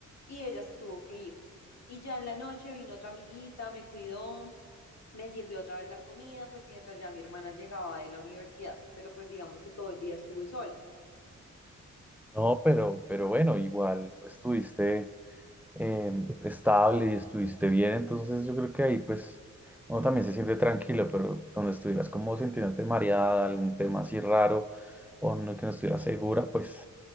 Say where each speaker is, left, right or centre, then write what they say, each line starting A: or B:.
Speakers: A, on the left; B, in the centre.
A: y ella se tuvo que ir. Y ya en la noche vino otra amiguita, me cuidó, me sirvió otra vez la comida, pues mientras ya mi hermana llegaba de la universidad. Pero pues digamos que todo el día estuve sola.
B: No, pero, pero bueno, igual pues, estuviste eh, estable y estuviste bien, entonces yo creo que ahí pues uno también se siente tranquilo, pero donde estuvieras como sintiéndote mareada, algún tema así raro o no, que no estuvieras segura, pues